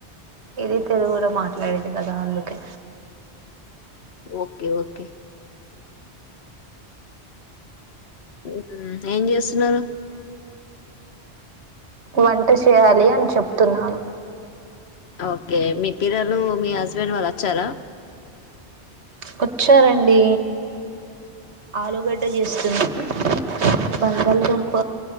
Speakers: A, on the right (about 80°); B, on the left (about 70°).
A: ఇది తెలుగులో మాట్లాడేది కదా అందుకే
B: ఓకే ఓకే ఉహు ఏం చేస్తున్నారు
A: వంట చేయాలి అని చెప్తున్నాను
B: ఓకే మీటీరలు మీ హస్బెండ్ వాళ్ళు వచ్చారా
A: వచ్చారండి ఆలుగడ్డ చేస్తున్నాము బంగాళదుంప